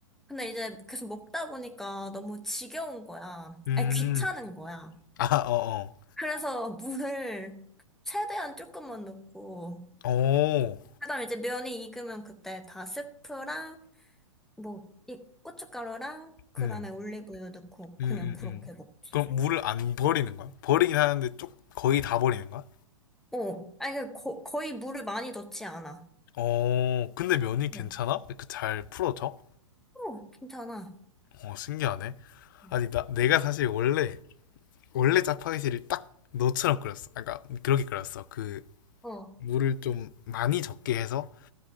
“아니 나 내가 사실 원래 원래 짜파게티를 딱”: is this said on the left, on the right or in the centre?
Left